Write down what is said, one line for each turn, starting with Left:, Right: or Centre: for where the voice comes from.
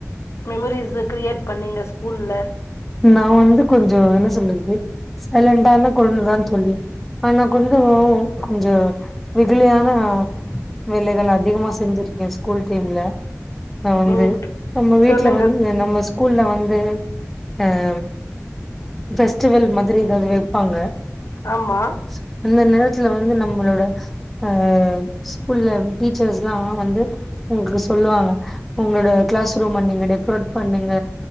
Left: மெமரிஸ்ஸு க்ரியேட் பண்ணீங்க ஸ்கூல்ல
Centre: நா வந்து கொஞ்சோ என்ன சொல்றது சைலண்டான கொழந்ததாந் தோழி ஆனா கொஞ்சோ கொஞ்சோ வெகுலியான வேலைகளா அதிகமா செஞ்சுருக்க ஸ்கூல் டைம்ல நா வந்து
Left: ம்
Centre: நம்ம வீட்ல
Left: சொல்லுங்க
Centre: வந்து
Left: தோழி
Centre: நம்ம ஸ்கூல்ல வந்து ஏம் பெஸ்ட்டுவெல் மாதிரி எதாவது வெப்பாங்க
Left: ஆமா
Centre: சோ அந்த நேரத்துல வந்து நம்மளோட அ ஸ்கூல்ல டீச்சர்ஸ்ல்லா வந்து உங்களுக்கு சொல்லுவாங்க உங்களோட கிளாஸ் ரூம நீங்க டெக்ரேட் பண்ணுங்க